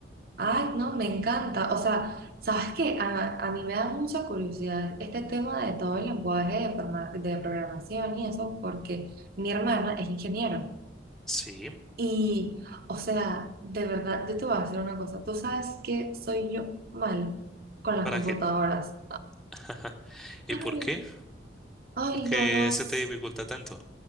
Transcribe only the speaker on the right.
ay, no, me encanta. O sea, ¿sabes qué? A, a mí me da mucha curiosidad este tema de todo el lenguaje de, forma- de programación y eso, porque mi hermana es ingeniero.
Y, o sea, de verdad, yo te voy a decir una cosa. Tú sabes que soy yo malo con las
computadoras.
Ay,
ay,
yo no,
s-